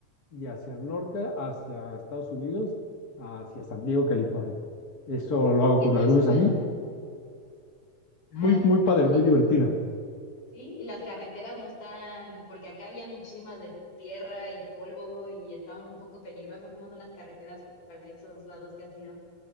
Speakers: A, on the left; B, on the left.
A: y hacia el norte, hacia Estados Unidos, hacia San Diego, California. Eso lo hago
B: ¿Y qué
A: con
B: tal
A: algunos
B: son las...
A: amigos. Muy,
B: Ah,
A: muy
B: perdón,
A: padre, muy
B: y-
A: divertido.
B: sí, y las carreteras no están, porque acá habían muchísimas de tierra y polvo y estaban un poco peligrosas, ¿cómo son las carreteras para esos lados que has ido?